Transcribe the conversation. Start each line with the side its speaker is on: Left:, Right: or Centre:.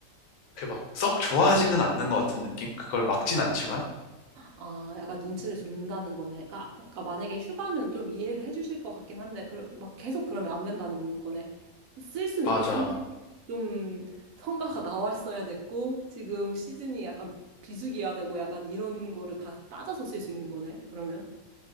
Left: 그렇게 막 썩 좋아하지는 않는 것 같은 느낌? 그걸 막진 않지만?
Right: 아, 약간 눈치를 준다는 거네. 그러니까, 그러니까 만약에 휴가면 좀 이해를 해주실 것 같긴 한데, 그, 막 계속 그러면 안 된다는 거네. 쓸 수는
Left: 맞아.
Right: 있긴 한데, 좀 성과가 나왔어야 됐고, 지금 시즌이 약간 비수기야 되고, 약간 이런 거를 다 따져서 쓸 수 있는 거네, 그러면.